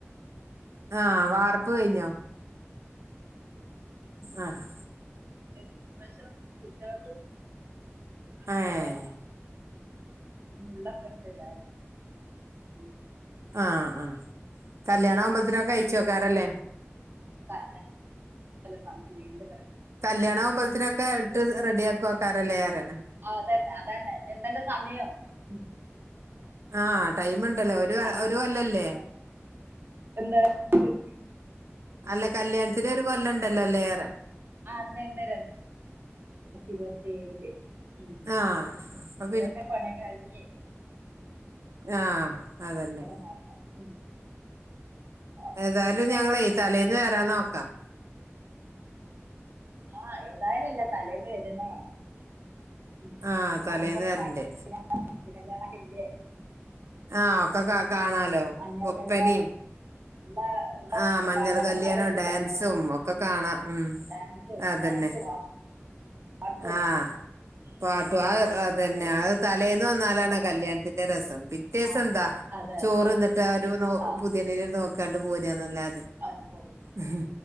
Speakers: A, on the right; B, on the right.
A: ആ വാർപ്പ് കഴിഞ്ഞോ ആഹ്
B: <unintelligible> ശ പിറ്റാട്ടു അടക്കളയാ
A: ഏഹ്
B: ഉം ഇ ഉള്ളൊക്കെ ഇതായിരിക്കും ഉ
A: ആ ആ കല്ല്യാണകുമ്പലത്തിനെ കഴിച്ച് വെക്കാനല്ലേ
B: അ അതന്നെ ചെല സമയം നീണ്ട്
A: കല്യാണകുമമ്പലത്തിനൊക്കെ ഇട്ട് റെഡിയ ആക്കുവെക്കാറല്ലേ ചെയ്യാറ്
B: ആ അതന്നെ അതന്നെ ന്തണ്ട് സമയം മ്
A: ആ ടൈമുണ്ടല്ലോ ഒരു
B: ആ
A: ഒരു കൊല്ലല്ലേ
B: ആ. എന്താ ഇണ്ട്
A: അല്ല കല്യാണത്തിന് ഒരു കൊല്ലം ഇണ്ടല്ലോ ല്ലേ ഏറെ
B: ആ ഉണ്ട് ഉണ്ട് രണ്ടായിരത്തി ഇരുപത്തിയേഴില് ഉം
A: ആഹ് അപ്പൊ
B: ഇപ്പോഴേക്കെ പണിയൊക്കെ കഴഞ്ഞ്
A: ആ അതന്നെ
B: നോക്കാം ഉം അപ്പൊ
A: ഏതായാലും
B: പിന്നെ ഇങ്ങനെ
A: ഞങ്ങളേ തലേന്ന് വരാനോക്കാം
B: ആഹ് ഏതായാലല്ല തലേന്ന് വരിന്നേ ഉം
A: ആഹ് തലേന്ന്
B: നമ്മക്ക് കൊറച്ച്
A: വരണ്ട്
B: <unintelligible> മഞ്ഞകല്ല്യാണൊക്കില്ലേ?
A: ആ.... ഒക്കെ കാണാലോ
B: മഞ്ഞൾ
A: ഒപ്പനേം
B: കല്യാണം ഉള്ള
A: ആ മഞ്ഞൾ
B: പഴകങ്ങളൊക്കെ
A: കല്യാണോം
B: എടുത്ത്
A: ഡാൻസും
B: കല്യാണം
A: ഒക്കെ കാണാം
B: ആഹ്
A: ഉം
B: ഡാൻസും
A: അതെന്നെ
B: ഡാൻസും പാട്ടും
A: ആ പാട്ടു ആ അതന്നെ
B: എന്തെങ്കിലും
A: അത് തലേന്ന് വന്നാലാണാ
B: ആഘോഷം
A: കല്യാണത്തിന്റെ രസം പിറ്റേസെന്താ
B: ആഹ് അതെ
A: ചോറ്ന്നിട്ട്
B: അതെ
A: ആ ഒരു നോ
B: ആഹ്
A: പുതിയണ്ണിനെ നോക്കാണ്ട് പോര്യാന്നല്ലാ
B: അതിന് പോകും
A: ഉം